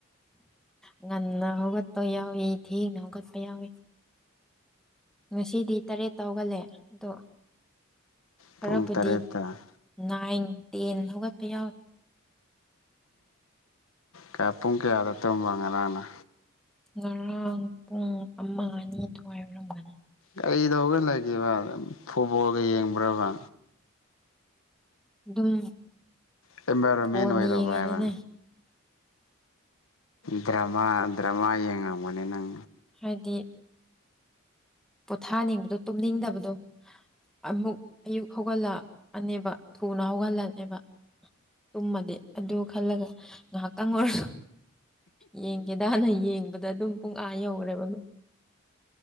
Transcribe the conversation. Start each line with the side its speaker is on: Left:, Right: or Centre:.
Centre: ꯉꯟꯅ ꯍꯧꯒꯠꯄ ꯌꯥꯎꯋꯤ ꯊꯦꯡꯅ ꯍꯧꯒꯠꯄ ꯌꯥꯎꯋꯤ ꯉꯁꯤꯗꯤ ꯇꯔꯦꯠꯇ ꯍꯧꯒꯠꯂꯦ ꯑꯗꯣ ꯈꯔꯕꯨꯗꯤ
Left: ꯄꯨꯡ ꯇꯔꯦꯠꯇ
Centre: ꯅꯥꯏꯟ ꯇꯦꯟ ꯍꯧꯒꯠꯄ ꯌꯥꯎꯋꯦ
Left: ꯀꯌꯥ ꯄꯨꯡ ꯀꯌꯥꯗ ꯇꯧꯝꯕ ꯉꯔꯥꯡꯅ
Centre: ꯉꯔꯥꯡ ꯄꯨꯡ ꯑꯃ ꯑꯅꯤ ꯑꯗꯨꯋꯥꯏ ꯑꯣꯏꯔꯝꯒꯅꯤ
Left: ꯀꯩꯗꯧꯒ ꯂꯩꯒꯦꯕ ꯐꯨꯠꯕꯣꯜꯒ ꯌꯦꯡꯕ꯭ꯔꯥꯕ
Centre: ꯗꯨꯝ
Left: ꯑꯦꯟꯚꯥꯏꯔꯣꯟꯃꯦꯟ
Centre: ꯐꯣꯟ
Left: ꯑꯣꯏꯔꯕ
Centre: ꯌꯦꯡꯉꯤꯅꯤꯅꯦ
Left: ꯍꯥꯏꯕ ꯗ꯭ꯔꯃꯥ ꯗ꯭ꯔꯃꯥ ꯌꯦꯡꯉꯝꯒꯅꯦ ꯅꯪ
Centre: ꯍꯥꯏꯗꯤ ꯄꯣꯊꯥꯅꯤꯡꯕꯗꯣ ꯇꯨꯝꯅꯤꯡꯗꯕꯗꯣ ꯑꯃꯨꯛ ꯑꯌꯨꯛ ꯍꯧꯒꯠꯂꯛꯑꯅꯦꯕ ꯊꯨꯅ ꯍꯧꯒꯠꯂꯅꯦꯕ ꯇꯨꯝꯃꯗꯤ ꯑꯗꯨ ꯈꯜꯂꯒ ꯉꯥꯏꯍꯥꯛꯇꯪ ꯑꯣꯏꯔꯁꯨ ꯌꯦꯡꯒꯦꯗꯅ ꯌꯦꯡꯕꯗ ꯑꯗꯨꯝ ꯄꯨꯡ ꯑ ꯑꯥ ꯌꯧꯔꯦꯕ ꯗꯨꯝ